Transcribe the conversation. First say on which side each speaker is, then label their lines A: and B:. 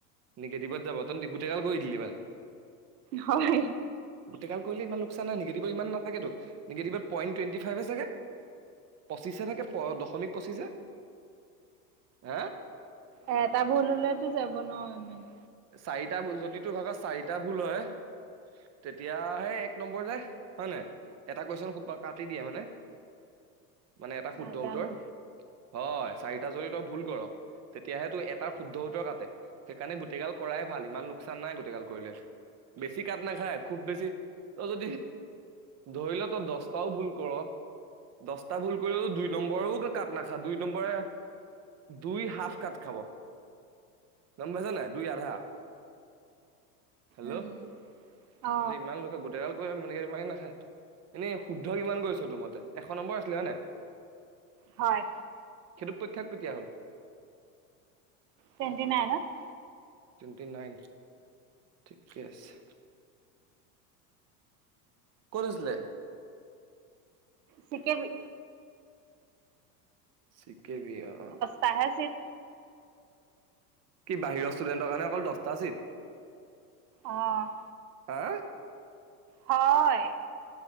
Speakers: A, on the right; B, on the right.
A: নিগেটিভত যাব তই গোটেই কাল কৰি দিলি মানে।
B: হয়।
A: গোটেইগাল কৰিলে ইমান লোকচান নাই নিগেটি ইমানাথাকেতো নিগেটিভত পইনটুৱেনটি ফাইভে চাগে। পঁচিশে থাকে প দশমিক পঁচিছে হ?
B: এ এটা ভুললেতো যাব ন মানে।
A: চাৰিটা ভুল যদি তোৰ ভাগৰ চাৰিটা ভুল হয়। তেতিয়া সে এক নম্বৰ যাই হয় নাই এটা কুৱেশচন খুব কাটি দিয়ে মানে মানে এটা
B: নাজানো
A: শুদ্ধ উ্তৰ হয় চাৰিটা যদি তই ভুল কৰ তেতিয়াহে তো এটাৰ শুদ্ধ উতৰ কাটে সেইকাৰণে গোটেইগাল কৰাই ভাল, ইমান লোকচান নাই গোটেইগাল কৰিলে। বেছি কাট নাখায় খুব বেছি তই যদি ধৰিল তো দছটাও ভুল কৰ। দহটা ভুল কৰিলেও দুই নম্বৰেও কাত নাখা দুই নম্বৰে দুই হাফ কাত খাব গম পাইছ নাই? দুই আধা হেল্ল'
B: উম অ
A: ততি ইমান লোকে গোটেই গাল <unintelligible> নাখে এনেই শুদ্ধ কিমান কৰিছ তোৰ মতে এশ নম্বৰ আছিলে হয় ন?
B: হয়।
A: সেইটো পৰীক্ষা কেতিয়া হ'ল?
B: টুৱেন্টি নাইনত।
A: টুৱেণ্টি নাইন, ঠিকে আছে। ক'ত হৈছিলে?
B: P K B.
A: C K B, অ', অহ'।
B: তাইহে আছিল।
A: কি বাহিৰৰ ষ্টুডেণ্টৰ কাৰণে অকল দহটা চিত।
B: অহ'।
A: হা?
B: হয়।